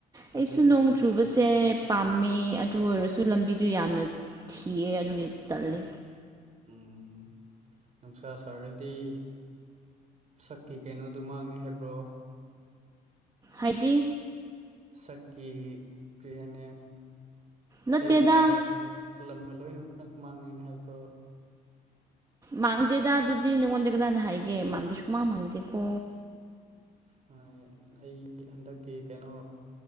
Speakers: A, on the right; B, on the right.
A: ꯐꯥꯒꯤ
B: ꯑꯩꯁꯨ
A: ꯇꯧꯅꯦ
B: ꯅꯣꯡ ꯆꯨꯕꯁꯦ
A: ꯐꯥꯒꯤ ꯇꯧꯅꯦ ꯑꯩꯁꯨ
B: ꯄꯥꯝꯃꯦ ꯇꯨ ꯑꯣꯏꯔꯁꯨ ꯂꯝꯕꯤꯗꯨ ꯌꯥꯝꯅ ꯊꯤꯌꯦ ꯑꯗꯨꯒꯤ ꯇꯜꯂꯦ
A: ꯎꯝ ꯅꯨꯡꯁꯥ ꯁꯥꯔꯗꯤ ꯁꯛꯀꯤ ꯀꯩꯅꯣꯗꯨ ꯃꯥꯡꯉꯦ ꯍꯥꯏꯕ꯭ꯔꯣ
B: ꯍꯥꯏꯗꯤ
A: ꯁꯛꯀꯤ ꯀꯔꯤ ꯍꯥꯏꯅꯤ
B: ꯅꯠꯇꯦꯗ
A: ꯇꯩꯔꯝꯕ ꯂꯝꯕ ꯂꯣꯏꯅꯃꯛ ꯃꯥꯡꯉꯦꯅ ꯍꯥꯏꯕ꯭ꯔꯣ
B: ꯃꯥꯡꯗꯦꯗ ꯑꯗꯨꯗꯤ ꯅꯪꯉꯣꯟꯗ ꯀꯅꯥꯅ ꯍꯥꯏꯒꯦ ꯃꯥꯡꯗꯦ ꯁꯨꯡꯃꯥꯡ ꯃꯥꯡꯗꯦꯀꯣ
A: ꯍꯣꯏ ꯑꯩ ꯍꯟꯗꯛꯀꯤ ꯀꯩꯅꯣ